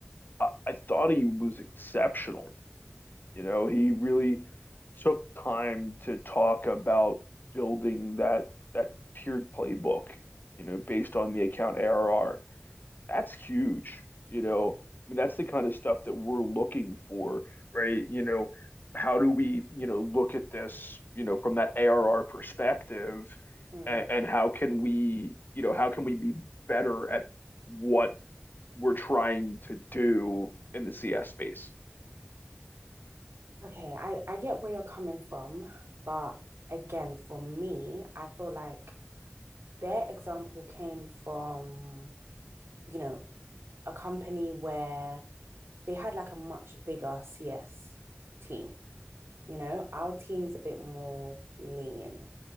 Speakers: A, on the left (about 50°); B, on the right (about 80°).
A: I, I thought he was exceptional. You know, he really took time to talk about building that that tiered playbook, you know, based on the account ARR that's huge. You know, I mean, that's the kind of stuff that we're looking for, right? You know, how do we, you know, look at this, you know, from that ARR perspective,
B: Mm.
A: and, and how can we, you know, how can we be better at what we're trying to do in the CS space?
B: Okay, I, I get where you're coming from, but again, for me, I feel like their example came from, you know, a company where they had like a much bigger CS team. You know, our team's a bit more lean.